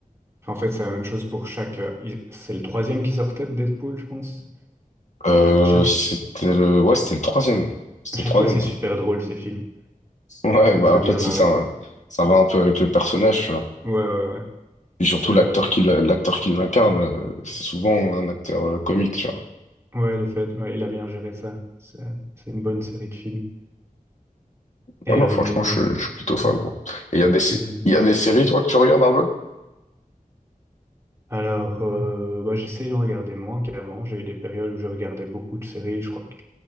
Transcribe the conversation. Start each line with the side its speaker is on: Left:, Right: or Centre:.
Right: Enfin, en fait, c'est la même chose pour chaque. euh, il- c'est le troisième qui sortait de Deadpool, je pense.
Left: Euh,
Right: Chaque,
Left: c'était
Right: fo-
Left: le, ouais, c'était le troisième. C'était
Right: à chaque
Left: le troisième,
Right: fois, c'est super
Left: ouais.
Right: drôle ces films.
Left: <laughs> Ouais,
Right: Ça
Left: bah
Right: me fait
Left: après,
Right: bien
Left: tu
Right: marrer.
Left: sais, ça, ça va un peu avec le personnage, tu vois.
Right: Ouais, ouais, ouais.
Left: Et surtout,
Right: C'est, euh,
Left: l'acteur qui, l'a- l'acteur qui l'incarne, euh, c'est souvent un acteur euh, comique, tu vois.
Right: ouais, le fait, ouais, il a bien géré ça. C'est c'est une bonne série de films. Et
Left: Ouais, non,
Right: euh,
Left: franchement, je, je suis plutôt fan, moi. Et il y a des, sé-
Right: hmm.
Left: il y a des séries, toi, que tu regardes un peu?
Right: alors, euh, bah, j'essaie d'en regarder moins qu'avant. J'ai eu des périodes où je regardais beaucoup de séries. Je crois que